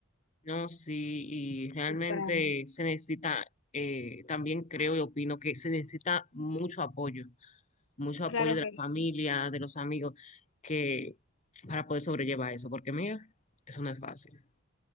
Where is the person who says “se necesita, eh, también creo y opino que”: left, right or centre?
Left